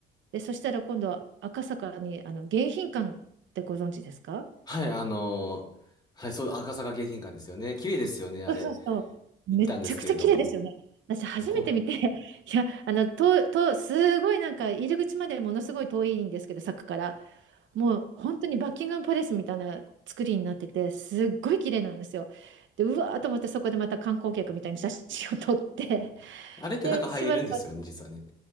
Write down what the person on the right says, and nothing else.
で、そしたら今度は赤坂に、あの、迎賓館ってご存知ですか
そうそう。めっちゃくちゃ綺麗ですよね。
私初めて見て、
<laughs> いや、あの、と、と、すごいなんか入り口までものすごい遠いんですけど、柵から。もう本当にバッキンガムパレスみたいな作りになってて、すっごい綺麗なんですよ。で、うわーと思ってそこでまた観光客みたいに写真を撮って、
で、しばらく